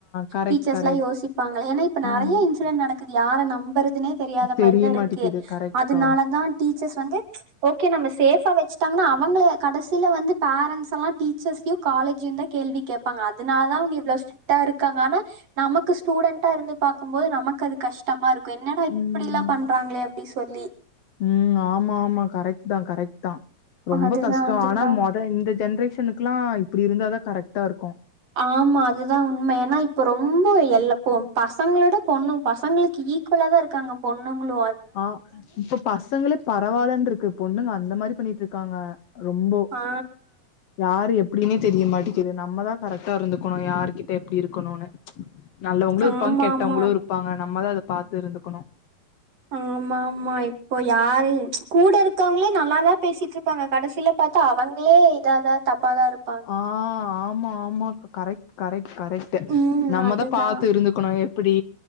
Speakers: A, on the left (about 70°); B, on the right (about 60°).
A: கரெக்ட்
B: டீச்சர்ஸ்
A: கரெக்ட்
B: ல்லா யோசிப்பாங்களே ஏன்னா இப்ப நெறைய
A: ம்
B: இன்சிடெட் நடக் யார நம்பறதுனே தெரியாத
A: தெரிய
B: மாரிதாருக்கு
A: மாட்டிக்குது கரெக்ட்க்கா
B: அதனாலதா டீச்சர்ஸ் வந்து ஓகே நம்ம சேஃபா வெச்சுட்டாங்கன்னா அவங்கள கடசில வந்து பேரண்ட்ஸ் எல்லா டீச்சர்ஸயையு காலேஜயு தா கேள்வி கேட்பாங்க அதனால தா அவங்க இவ்ளோ ஸ் ட்டா இருக்காங்க ஆனா நமக்கு ஸ்டூடெண்டா இருந்து பாக்கும் போது நமக்கு அது கஷ்டமா இருக்கு க்கு என்னடா இப்டி
A: ம்
B: ல்லா பண்றாங்களே அப்டி சொல்லி
A: ம் ஆமா ஆமா கரெக்ட் தா கரெக்ட் தா ரொம்ப
B: அதுதா
A: கஷ்டோ
B: அதுதா
A: ஆனா மொ இந்த ஜென்ரேஷனுக்குல்லா இப்டி இருந்தா தா கரெக்ட்டா இருக்கு
B: ஆமா அதுதா உண்ம ஏன்னா இப்ப ரொம்ப எல்லப்ப பசங்களோட பொண்ணு பசங்களுக்கு ஈ க்குவல்ளாதா இருக்காங்க பொண்ணுங்ளு
A: ஆ இப்ப பசங்களே பரவால்லன்னருக்கு பொண்ணுங்க அந்த மாரி பண்ணிட்டு இர்க்காங்க ரெம்போ
B: ஆ
A: யாரு எப்டின்னே தெரிய மாட்டேக்குது நம்ம தா கரெக்டா இருந்துக்கணு யாரு கிட்ட எப்டி இருக்கணுன்னு நல்லவங்களு
B: ஆமா
A: இருப்பாங் கெட்டவங்களு
B: ஆமா
A: இருப்பாங்க நம்மதா அத பாத்து இருந்துக்கணு
B: ஆமா ஆமா இப்போ யாரை கூட இரு க்கவங்களே நல்லாதா பேசிட்டு இர்ப்பாங்க கடைசியில பாத்தா அவங்களே இதாதா தப்பாதா இருக்
A: ஆ ஆமா ஆமா கரெக்ட் கரெக்ட் கரெக்ட்
B: ம்
A: நம்மதா
B: அதுதா
A: பாத்து இருந்துக்கணு எப்டி